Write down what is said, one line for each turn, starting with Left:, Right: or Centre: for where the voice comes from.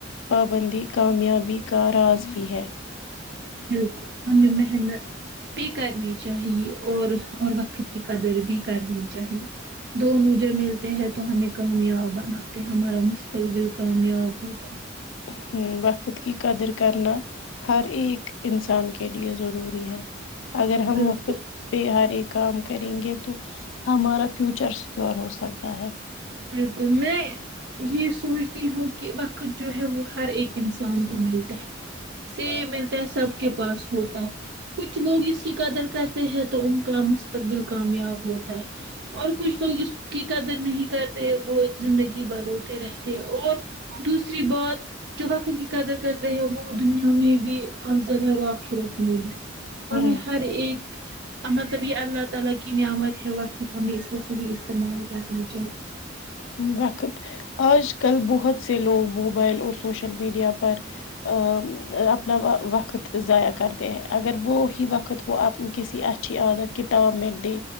Left: پابندی کامیابی کا راز بھی ہے
Right: بالکل ہمیں محنت بھی کرنی چاہے اور اور وقت کی قدر بھی کرنی چاہے دونوں جو ملتے ہیں تو ہمیں کامیاب بناتے ہیں ہمارا مستقبل کامیاب ہوتا ہے
Left: ہوں وقت کی قدر کرنا ہر ایک انسان کے لیے ضروری ہے اگر
Right: ہے
Left: ہم
Right: بالکل
Left: وقت پے پر ایک کام کریں گے تو ہمارا فیوچر سکیور ہو سکتا ہے
Right: بالکل میں یہ سوچتی ہوں کہ وقت جو ہے وہ ہر ایک انسان کو ملتا ہے س ملتا ہے سب کے پاس ہوتا ہے کچھ لوگ اس کی قدر کرتے ہیں تو ان کا مستقبل کامیاب ہوتا ہے اور کچھ تو جس کی قدر نہیں کرتے وہ زندگی بھر روتے رہتے اور دوسری بات جو وقت کی قدر کرتے ہیں وہ دنیا میں بھی اور صرور آخرت میں بھی ہمیں
Left: ہ
Right: ہر ایک مطلب یہ اللہ تعالی کی نعمت ہے وقت ہمیں اس کا صحیح استعمال کرنا چاہیے
Left: وقت آج کل بہت سے لوگ موبائل اور سوشل میڈیا پر ا اپنا وقت ضائع کرتے ہیں اگر وہ ہی وقت وہ اپ کو کسی اچھی عادت کتاب میں دی